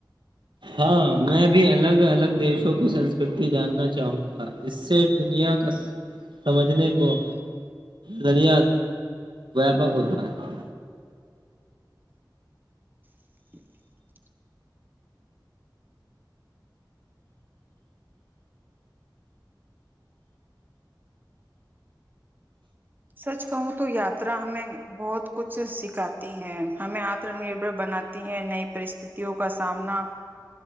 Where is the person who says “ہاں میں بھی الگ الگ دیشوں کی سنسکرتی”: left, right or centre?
Right